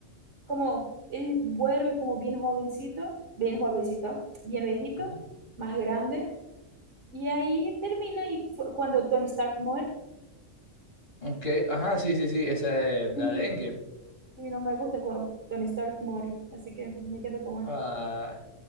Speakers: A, on the right (about 65°); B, on the left (about 50°).
A: como él vuelve como bien jovencito, bien jovencito, bien viejito,
B: ajá.
A: más grande, y ahí termina y fu- cuando Tony Stark muere,
B: ok, ajá, sí, sí, sí, esa de, la
A: y,
B: de Endgame.
A: y no me gusta cuando Tony Stark muere, así que me quedo como, ah,
B: Ah,